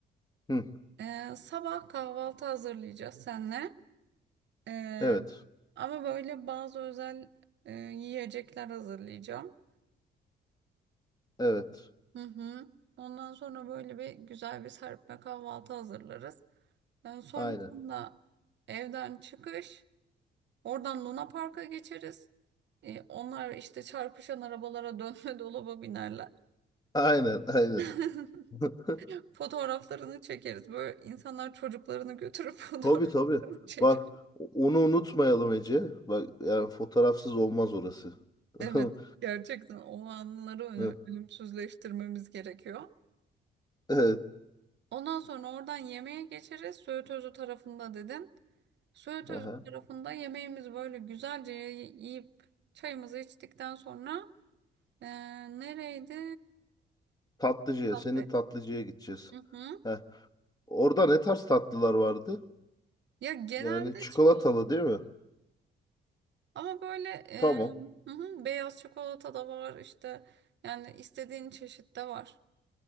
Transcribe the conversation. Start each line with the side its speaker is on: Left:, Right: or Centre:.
Left: Hı.
Right: Ee, sabah kahvaltı hazırlayacağız seninle. Ee,
Left: Evet.
Right: ama böyle bazı özel e, yiyecekler hazırlayacağım.
Left: Evet.
Right: Hı hı. Ondan sonra böyle bir güzel bir serpme kahvaltı hazırlarız. Ee, sonrasında
Left: Aynen.
Right: evden çıkış, oradan Luna Park'a geçeriz. Ee, onlar işte çarpışan arabalara <laughs> dönme dolaba binerler.
Left: Aynen aynen.
Right: <laughs>
Left: <laughs>
Right: Fotoğraflarını çekeriz. Böyle insanlar çocuklarını götürüp <laughs> fotoğraflarını
Left: Tabii tabii.
Right: çeker.
Left: Bak onu unutmayalım Ece. Bak yani fotoğrafsız olmaz orası.
Right: Evet,
Left: <laughs>
Right: gerçekten o anları ölü-
Left: Hı,
Right: ölümsüzleştirmemiz gerekiyor.
Left: Evet.
Right: Ondan sonra oradan yemeğe geçeriz. Söğüt Özü tarafında dedin. Söğüt
Left: Aha.
Right: Özü tarafında yemeğimizi böyle güzelce yiyip çayımızı içtikten sonra eee, nereydi?
Left: Tatlıcıya,
Right: Tatlı.
Left: senin tatlıcıya gideceğiz.
Right: Hı hı.
Left: Heh. Orada ne tarz tatlılar vardı?
Right: Ya genelde
Left: Yani çikolatalı
Right: çikolata.
Left: değil mi?
Right: Ama böyle e,
Left: Tamam.
Right: hı hı, beyaz çikolata da var işte yani istediğin çeşit de var.